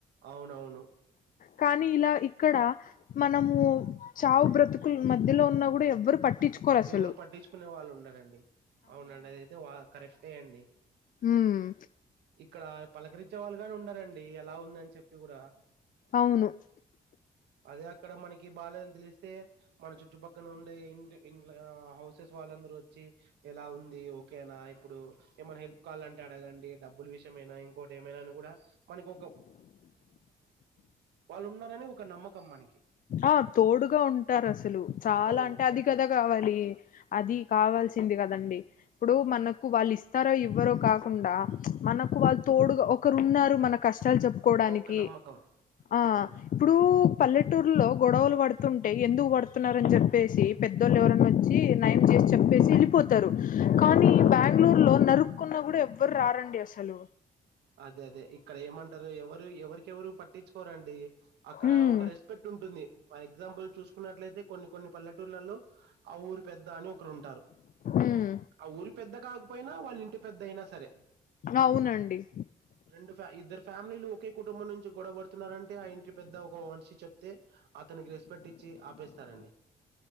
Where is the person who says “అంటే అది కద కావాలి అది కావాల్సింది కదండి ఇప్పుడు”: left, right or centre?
Left